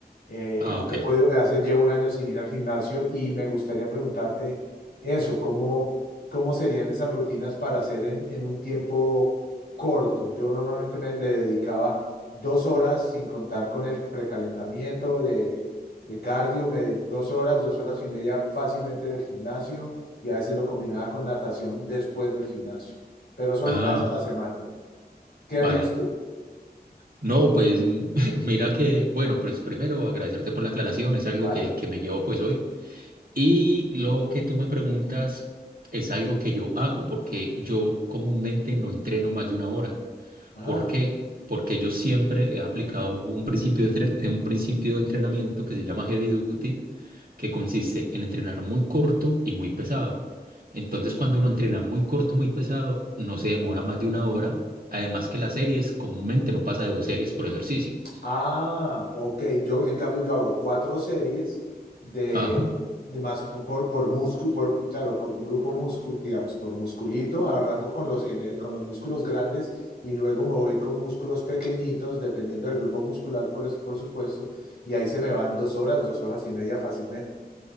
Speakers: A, on the left; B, on the right.
A: Eh,
B: Ah,
A: y
B: ok.
A: no he podido, hace, llevo un año sin ir al gimnasio y me gustaría preguntarte eso, cómo cómo serían esas rutinas para hacer en, en un tiempo corto. Yo normalmente me le dedicaba dos horas sin contar con el precalentamiento de, de cardio, me, dos horas, dos horas y media fácilmente en el gimnasio y a veces lo combinaba con natación después del gimnasio, pero solo
B: Ah,
A: una vez a la semana. ¿Qué
B: vale.
A: harías tú?
B: No, pues <laughs> mira que, bueno, pues primero agradecerte por la aclaración, es algo
A: Vale.
B: que, que me llevo pues hoy. Y lo que tú me preguntas es algo que yo hago, porque yo comúnmente no entreno más de una hora.
A: Ah.
B: ¿Por qué? Porque yo siempre he aplicado un principio de, tre- un principio de entrenamiento que se llama heavy duty, que consiste en entrenar muy corto y muy pesado. Entonces, cuando uno entrena muy corto, muy pesado, no se demora más de una hora. Además que las series comúnmente no pasa de dos series por ejercicio.
A: Ah, ok. Yo, en cambio, yo hago cuatro series de,
B: Ajá.
A: de más por, por músculo, por, por- claro, por grupo músculo, digamos, por musculito. Arranco con los, gener- con los músculos grandes y luego me voy con músculos pequeñitos, dependiendo del grupo muscular, por, es- por supuesto. Y ahí se me van dos horas, dos horas y media fácilmente.